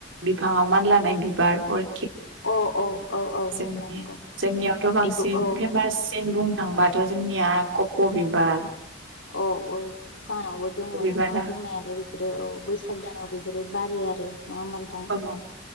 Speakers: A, on the right (about 85°); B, on the left (about 80°).
A: बिफाङाव मान लानाय बिबार अर
B: अ अ औ औ
A: जोंनि
B: नोंथां नंगौ
A: जोंनियावथ' बांसिन
B: बेखौ औ
A: फेमाससिन बुंनो थांबाथ' जोंनिया कप' बिब बार
B: औ औ जाहानावबो दङ
A: बिबारा
B: नोंथां दंनायालाय बेफोरो औ बैसाग दानाव बेफोरो बारो आरो नङा होमबा नोंथां
A: औ